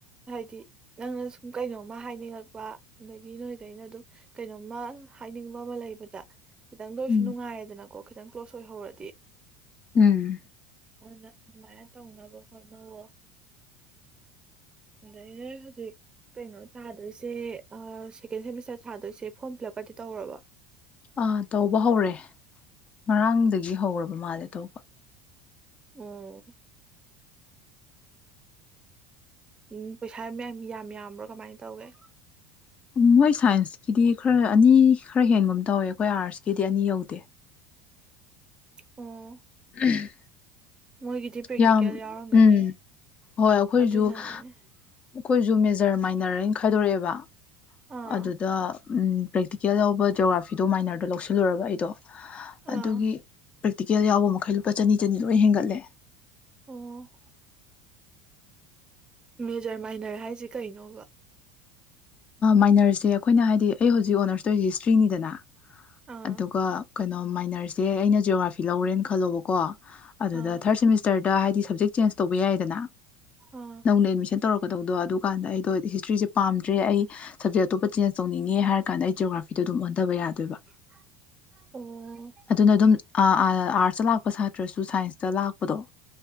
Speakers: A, on the right; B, on the left.
A: ꯍꯥꯏꯗꯤ ꯅꯪꯅ ꯁꯨꯝ ꯀꯩꯅꯣꯝꯃ ꯍꯥꯏꯅꯤꯡꯉꯛꯄ ꯑꯗꯒꯤ ꯅꯣꯏꯗꯩꯩꯅ ꯑꯗꯨꯝ ꯀꯩꯅꯣꯝꯃ ꯍꯥꯏꯅꯤꯡꯕ ꯑꯃ ꯂꯩꯕꯗ ꯈꯤꯇꯪꯗ ꯑꯣꯏꯁꯨ
B: ꯎꯝ
A: ꯅꯨꯡꯉꯥꯏꯌꯦꯗꯅꯀꯣ ꯈꯤꯇꯪ ꯀ꯭ꯂꯣꯁ ꯑꯣꯏꯍꯧꯔꯗꯤ
B: ꯎꯝ
A: ꯑꯗꯨꯅ ꯑꯗꯨꯃꯥꯏꯅ ꯇꯧꯅꯕ ꯍꯣꯠꯅꯋꯣ ꯑꯩꯅ ꯍꯧꯗꯤ <unintelligible> ꯀꯩꯅꯣ ꯊꯥꯗꯣꯏꯁꯦ ꯑ ꯁꯦꯀꯦꯟ ꯁꯤꯃꯤꯁꯇꯔ ꯊꯥꯗꯣꯏꯁꯦ ꯐꯣꯔꯝ ꯐꯤꯂꯞꯀꯗꯤ ꯇꯧꯔꯕꯣ
B: ꯑ ꯇꯧꯕ ꯍꯧꯔꯦ ꯉꯔꯥꯡꯗꯒꯤ ꯍꯧꯔꯕ ꯃꯥꯂꯦ ꯇꯧꯕ
A: ꯎꯝ ꯎꯝ ꯄꯩꯁꯥ <unintelligible> ꯌꯥꯝꯕ꯭ꯔꯣ ꯀꯃꯥꯏꯅ ꯇꯧꯒꯦ
B: ꯃꯣꯏ ꯁꯥꯏꯟꯁꯀꯤꯗꯤ ꯈꯔ ꯑꯅꯤ ꯈꯔ ꯍꯦꯟꯒꯨꯝ ꯇꯧꯋꯦ ꯑꯩꯈꯣꯏ ꯑꯥꯔꯠꯁꯀꯤꯗꯤ ꯑꯅꯤ ꯌꯧꯗꯦ
A: ꯑꯣ
B: ꯎꯝ <unintelligible>
A: ꯃꯣꯏꯒꯤꯗꯤ ꯄ꯭ꯔꯦꯛꯇꯤꯀꯦꯜ
B: ꯌꯥꯝ
A: ꯌꯥꯎꯔꯝꯒꯅꯤ
B: ꯎꯝ ꯍꯣꯏ ꯑꯩꯈꯣꯏꯖꯨ
A: ꯑꯗꯨꯅꯅꯤꯅꯦ
B: ꯑꯩꯈꯣꯏꯁꯨ ꯃꯦꯖꯔ ꯃꯥꯏꯅꯔ ꯍꯥꯏ ꯈꯥꯏꯗꯣꯔꯛꯑꯦꯕ
A: ꯑꯥ
B: ꯑꯗꯨꯗ ꯎꯝ ꯄ꯭ꯔꯦꯛꯇꯤꯀꯦꯜ ꯂꯧꯕ ꯖꯣꯒ꯭ꯔꯥꯐꯤꯗꯣ ꯃꯥꯏꯅꯔꯗ ꯂꯧꯁꯤꯜꯂꯨꯔꯕ ꯑꯩꯗꯣ <inaudible>
A: ꯑꯥ
B: ꯑꯗꯨꯒꯤ ꯄ꯭ꯔꯦꯛꯇꯤꯀꯦꯜ ꯌꯥꯎꯕ ꯃꯈꯩ ꯂꯨꯄꯥ ꯆꯅꯤ ꯆꯅꯤ ꯂꯣꯏ ꯍꯦꯟꯒꯠꯂꯦ
A: ꯑꯣ ꯃꯦꯖꯔ ꯃꯥꯏꯅꯔ ꯍꯥꯏꯔꯤꯁꯦ ꯀꯩꯅꯣꯕꯥ
B: ꯃꯥꯏꯅꯔꯁꯦ ꯑꯩꯈꯣꯏꯅ ꯍꯥꯏꯗꯤ ꯑꯩ ꯍꯧꯖꯤꯛ ꯑꯣꯅꯔꯁ ꯇꯣꯔꯤꯁꯦ ꯍꯤꯁꯇ꯭ꯔꯤꯅꯤꯗꯅ
A: ꯑꯥ
B: ꯑꯗꯨꯒ ꯀꯩꯅꯣ ꯃꯥꯏꯅꯔꯁꯦ ꯑꯩꯅ ꯖꯤꯌꯣꯒ꯭ꯔꯥꯐꯤ ꯂꯧꯔꯦꯅ ꯈꯜꯂꯣꯕꯥꯀꯣ ꯑꯗꯨꯗ
A: ꯑꯥ
B: ꯊꯔ ꯁꯤꯃꯤꯁ ꯆꯔꯗ ꯥꯍꯥꯏꯗꯤ ꯁꯕꯖꯦꯛ ꯆꯦꯟꯖ ꯇꯧꯕ ꯌꯥꯏꯌꯦꯗꯅ
A: ꯑꯥ
B: ꯅꯧꯅ ꯑꯦꯗꯃꯤꯁꯁꯟ ꯇꯧꯔꯛꯀꯗꯕꯗꯣ ꯑꯗꯨꯀꯥꯟꯗ ꯑꯩꯗꯣ ꯍꯤꯁꯇ꯭ꯔꯤꯁꯦ ꯄꯥꯝꯗ꯭ꯔꯦ ꯑꯩ <inaudible> ꯁꯞꯖꯦꯛ ꯑꯇꯣꯞꯄ ꯆꯦꯟꯖ ꯇꯧꯅꯤꯡꯉꯦ ꯍꯥꯏꯔ ꯀꯥꯟꯗ ꯑꯩ ꯖꯤꯌꯣꯒ꯭ꯔꯥꯐꯤꯗꯣ ꯑꯗꯨꯝ ꯑꯣꯟꯗꯕ ꯌꯥꯗꯣꯏꯕ
A: <inaudible> ꯑꯣ
B: ꯑꯗꯨꯅ ꯑꯗꯨꯝ ꯑꯥ ꯑꯥ ꯑꯥꯔꯠꯁꯇ ꯂꯥꯛꯄ ꯁꯥꯇ꯭ꯔꯁꯨ ꯁꯥꯏꯟꯁꯇ ꯂꯥꯛꯄꯗꯣ